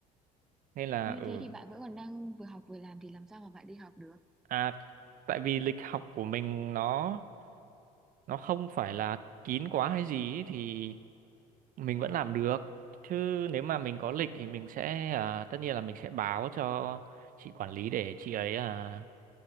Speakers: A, on the right; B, in the centre.
A: nên là
B: như
A: ừ
B: thế thì bạn vẫn còn đang vừa học vừa làm thì làm sao mà bạn đi học được
A: à tại vì lịch học của mình nó nó không phải là kín quá hay gì ấy, thì mình vẫn làm được chứ nếu mà mình có lịch thì mình sẽ à, tất nhiên là mình sẽ báo cho chị quản lý để chị ấy à,